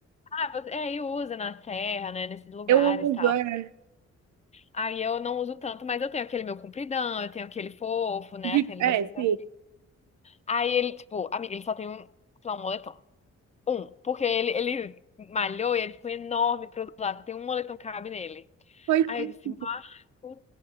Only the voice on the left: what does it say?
Ah, você, é, e usa na serra, né, nesses lugares
e tal.
Aí eu não uso tanto, mas eu tenho aquele meu compridão, eu tenho aquele fofo, né,
aqueles
assim.
sabe? Aí ele, tipo, amiga, ele só tem um, sei lá, um moletom. Um, porque ele, ele malhou e ele ficou enorme pro outro lado. Tem um moletom que cabe nele.
Aí eu disse, Marcos